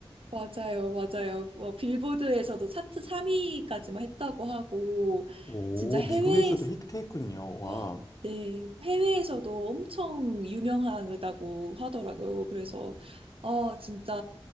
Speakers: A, on the right (about 70°); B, on the left (about 35°).
A: 맞아요, 맞아요. 뭐 빌보드에서도 차트 3위까지만 했다고 하고,
B: 오,
A: 진짜 해외에서,
B: 미국에서도 히트했군요. 와.
A: 와, 네, 해외에서도 엄청 유명하다고 하더라고요. 그래서, 아, 진짜,